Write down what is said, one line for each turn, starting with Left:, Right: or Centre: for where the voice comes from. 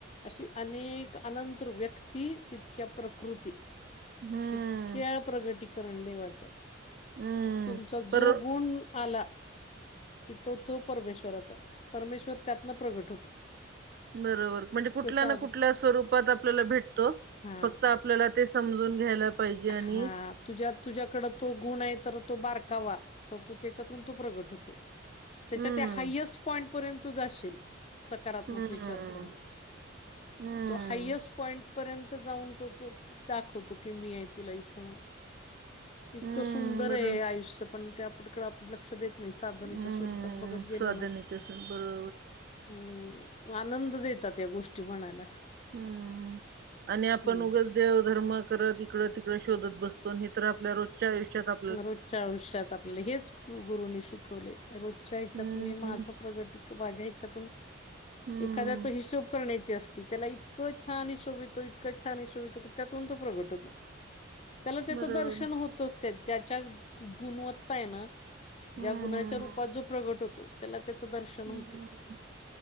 Left: अशी अनेक अनंत व्यक्ती तितक्या प्रकृती.
Right: हम्म
Left: तितक्या प्रगतीीकरण देवाच आहे
Right: हम्म
Left: तुमचा
Right: पर
Left: जो गुण.. आला.. की तो तो परमेश्वराचा आहे परमेश्वर त्यातनं प्रगट होतो.
Right: बरोबर म्हणजे कुठल्या
Left: कसा
Right: ना कुठल्या स्वरूपांत आपल्याला भेटतो
Left: हा
Right: फक्त आपल्याला ते समजून घ्यायला. पाहिजे
Left: हा
Right: आणि
Left: तुझ्या तुझ्याकडे तो गुण आहे तर तो बारकावा तर तो त्याच्यातून तो प्रगट होतो. त्याच्या
Right: हम्म
Left: त्या हायस्ट पॉईंट पर्यंत तु जाशील स. सकारात्मक
Right: हम्म
Left: विचार करून.
Right: हम्म
Left: तो हायस्ट पॉईंट पर्यंत जाऊन तो तो दाखवतो की मी आहे तुला इथं म्हणून.. इतकं
Right: हम्म
Left: सुंदर
Right: बर
Left: आहे आयुष्य पण ते आपकं आपण लक्ष देत. नाही साधनेच्या
Right: हम्म
Left: स्वरूपत बघत गेलो ना..
Right: <inaudible>
Left: हम्म आनंद देतांत या गोष्टी म्हणायला..
Right: हम्म आणि आपण
Left: हम्म,
Right: उगच. देवधर्म करत इकड तिकडें शोधत बसतो हे तर आपल्या रोज. <inaudible>
Left: रोजच्या आयुष्यात आपल्याला हेच गुरुनी शिकवले रोजच्या हिच्यात
Right: हम्म
Left: मी माझं प्रगती.. बाजे चकून
Right: हम्म
Left: एखाद्याचा हिशोब करण्याचे असतील.. त्याला इतकं छान हिशोबईतो इतकं छान हिशोबितो की त्यातून तो प्रगट होतो. ‌ त्यांला त्याचं
Right: बरोबर
Left: दर्शन होत असंते ज्याच्या गुणवत्ता हाय ना.
Right: हम्म
Left: ज्या गुणाच्या
Right: हम्म
Left: रूपात
Right: हम्म
Left: जो प्रगट होतो. त्याला त्याच दर्शन
Right: हम्म
Left: होतं.